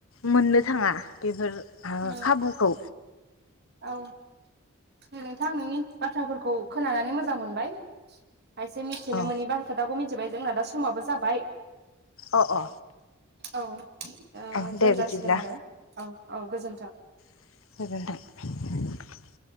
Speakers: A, on the left (about 70°); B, on the right (about 50°).
A: मोननो थाङा। बेफोर ओ
B: उम
A: खाबुखौ।
B: औ नोंथां नोंनि बाथ्राफोरखौ खोनानानै मोज--। मोजां मोनबाय खायसे मिथिनो
A: औ
B: मोनि बा खोथाखौ मिथिबाय जोंना दा समाबो जाबाय।
A: अ अ।
B: औ ओ
A: अ दे
B: दोनजासिगोन
A: बिदिब्ला
B: आरो औ औ गोजोन्थों।
A: गोेजोन्थों।